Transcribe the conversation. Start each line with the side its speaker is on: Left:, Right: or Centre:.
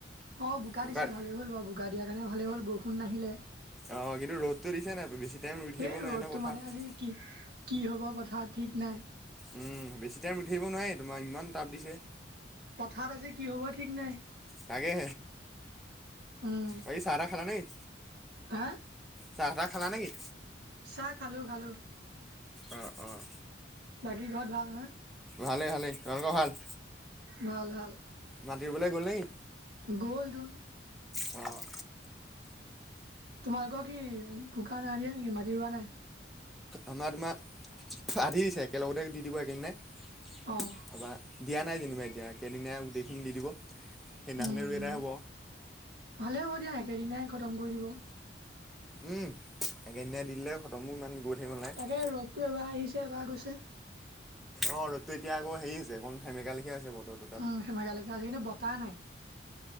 Right: অ', বোকা
Centre: বোকাত
Right: দিছে ভালে হ'ল বাৰু বুক- বোকা দিয়াৰ কাৰণে ভালে হ'ল বৰষুণ নাহিলে।
Centre: অ', কিন্তু ৰ'দতো দিছে নে নাই? বেছি টাইম ৰৈ থাকিব
Right: এই
Centre: নোৱাৰি
Right: ৰ'দটো
Centre: ন পথাৰত।
Right: মানে আজি কি, কি হ'ব পথাৰত ঠিক নাই।
Centre: উম, বেছি টাইম ৰৈ থাকিব নোৱাৰি তোমাৰ, ইমান টাপ দিছে।
Right: পথাৰত আজি কি হ'ব ঠিক নাই।
Centre: তাকে,
Right: উম,
Centre: বাকী চাহ-তাহ খালা নে‌কি?
Right: হা
Centre: চাহ-তাহ খালা নেকি?
Right: চাহ খালোঁ খালোঁ।
Centre: অ', অ'।
Right: বাকী ঘত ভাল? <unintelligible>
Centre: ভালে হালে তোমালোকৰ ভাল?
Right: ভাল ভাল।
Centre: মাতি ৰোবলে গ'ল নে ই?
Right: গ'ল দুন
Centre: অ',
Right: তোমালোকৰ কি বোকা নাই দিয়া নিকি মাটি ৰোৱা নাই?
Centre: আমাৰ দোমা আধি দিছে একেলগতে দি দিব একেদিনাই
Right: অ',
Centre: <unintelligible> দিয়া নাই যেনিবা এতিয়া, একেদিনাই গোটেইখিনি দি দিব। সেইদনাখনে
Right: উম,
Centre: ৰুই
Right: উম।
Centre: এদাই হ'ব।
Right: ভালে হ'ব দিয়া একেদিনাই খতম কৰি দিব।
Centre: উম, একেদিনাই দিললে খটমো ইমান গৈ থাকিব নালাগে
Right: তাকেই ৰ'তটো এবাৰ আহিছে এবাৰ গৈছে।
Centre: অ, ৰ'তটো এতিয়া আকৌ হেৰি হৈছে, কণ সেমেকা লেখিয়া <unintelligible> বতৰ
Right: উম, সেমেকা লেখিয়া আজি কিন্তু বতা নাই,